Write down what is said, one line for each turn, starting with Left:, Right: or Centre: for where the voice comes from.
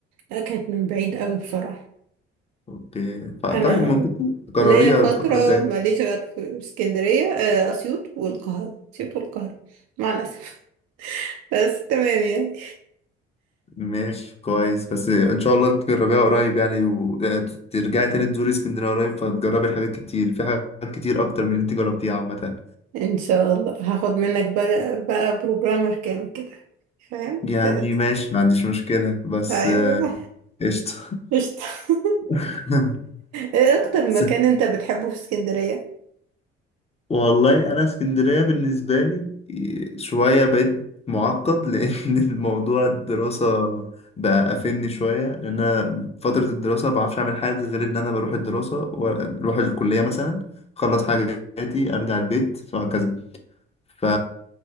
Right: اكلت من بعيد قوي بصراحه
Left: أوكي ف- طيب
Right: انا
Left: ممكن تكرريها
Right: ليا فتره
Left: الفترة الجاية
Right: ماليش غير في اسكندريه آه، اسيوط والقاهره اسيوط والقاهره مع الاسف <laughs> بس تمام يعني
Left: ماشي كويس بس ان شاء الله تجربيها قريب يعني وترجعي تاني تزوري اسكندريه قريب فتجربي حاجات كتير في حاجات كتير اكتر من اللي انت جربتيها عامه
Right: ان شاء الله هاخد منك بقى بقى بروجرامر كامل كده فاهم
Left: يعني
Right: ت- ت-
Left: ماشي ما عنديش مشكله بس
Right: ايوه
Left: آه، قشطه
Right: قشطه <laughs>
Left: <laughs>
Right: ايه اكتر
Left: بس
Right: مكان انت بتحبه في اسكندريه
Left: والله انا اسكندريه بالنسبه لي شويه بقيت معقد <laughs> لان الموضوع الدراسه بقى قافلني شويه لان انا فتره الدراسه ما بعرفش اعمل حاجه غير ان انا بروح الدراسه واروح الكليه مثلا اخلص حاجاتي ارجع البيت وهكذا ف